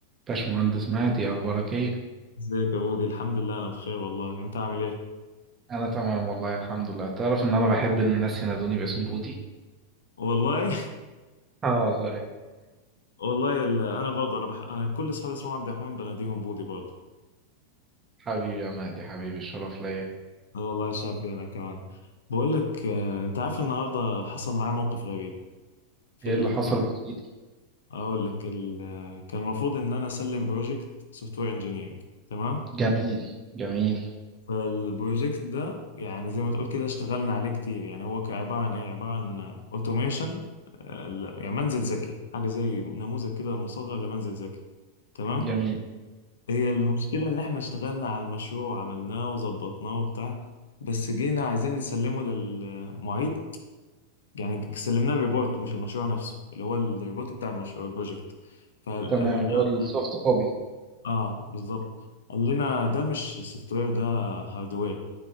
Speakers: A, on the right; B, on the left.
A: باشمهندس مهدي إيه اخبارك ايه
B: ازيك يا بودي الحمد لله انا بخير والله انت عامل ايه
A: انا تمام والله الحمد لله تعرف ان انا بحب ان الناس ينادوني باسم بودي
B: والله
A: اه والله
B: <laughs> والله ال- انا برضه انا بح... انا كل اصحابي اسمهم عبد الرحمن بناديهم بودي برضه
A: حبيبي يا مهدي حبيبي الشرف ليا
B: انا والله شاف لي انا كمان بقول لك آه، انت عارف النهارده حصل معايا موقف غريب في
A: ايه
B: ال...
A: اللي حصل جديد؟
B: اقول لك ال... آه، كان المفروض ان انا اسلم بروجكت سوفت وير انجينيرنج تمام
A: جميل جميل
B: فالبروجكت ده يعني زي ما تقول كده اشتغلنا عليه كتير يعني هو كان عباره عن ايه عباره عن اوتوميشن يعني منزل ذكي حاجه زي نموذج كده مصغر لمنزل ذكي تمام
A: جميل
B: هي المشكلة إن إحنا اشتغلنا على المشروع وعملناه وظبطناه وبتاع بس جينا عايزين نسلمه للمعيد يعني سلمناه ريبورت مش المشروع نفسه اللي هو الريبورت بتاع المشروع البروجكت فقال
A: تمام
B: لنا
A: اللي هو السوفت كوبي
B: آه بالظبط قال لنا ده مش سوفت وير ده هاردوير